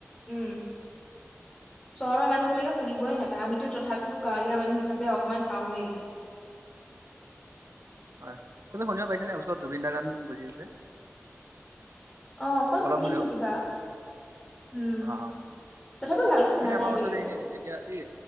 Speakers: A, on the left; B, on the right.
A: উম। চহৰৰ মানুহ বিলাকে শুনিবয়ে নাপায় আমিতো তথাপিও গাঁৱলীয়া মানুহ হিচাপে অকমান পাওৱেই।
B: হয় তুমি শুনিব পাইছা নে? ওচৰত জুবিন দা গান বাজি আছে?
A: অ অকন
B: অলপ
A: শুনিছো
B: হলেও?
A: কিবা উম
B: আহ
A: তথাপিও ভালকে শুনা
B: মানে
A: নাই
B: আমাৰ
A: দেই
B: ওচৰত
A: একো
B: এই এতিয়া এই